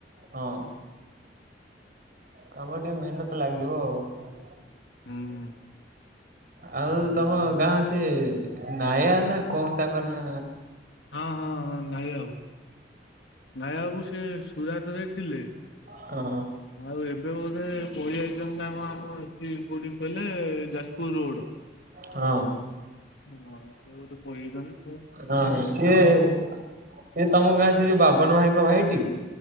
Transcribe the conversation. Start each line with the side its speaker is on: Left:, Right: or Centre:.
Right: ହଁ କାମ ଟିକେ ମେହେନତ ଲାଗିବ ଆଉ।
Left: ହୁଁ।
Right: ଆଉ ତମ ଗାଁ ସେ ନାୟା ନା କଣ ତାଙ୍କ ନା?
Left: ହଁ ହଁ ହଁ ନାୟାବାବୁ ଆଉ ନାୟା ବାବୁ ସେ ସୁରାଟ ରେ ଥିଲେ
Right: ହଁ
Left: ଆଉ ଏବେ ବୋଧେ ପଳେଇଆଇଛନ୍ତି ନାମ ଆମ ଏଠିକି କୋଉଠି କି କହିଲେ ଯାଜପୁର ରୋଡ
Right: ହଁ
Left: ହଁ ସେ ବୋଧେ ପଳେଇଆଇଛନ୍ତି।
Right: ହଁ ସିଏ ସିଏ ତମ ଗାଁ ସେ ଯୋଉ ବାବନ ଭାଇଙ୍କ ଭାଇଟି